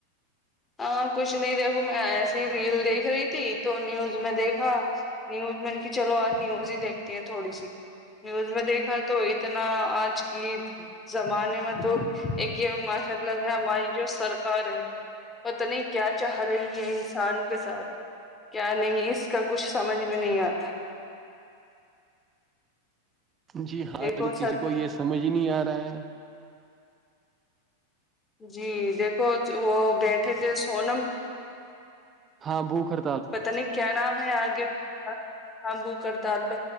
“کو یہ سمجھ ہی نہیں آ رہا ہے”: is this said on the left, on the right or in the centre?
Right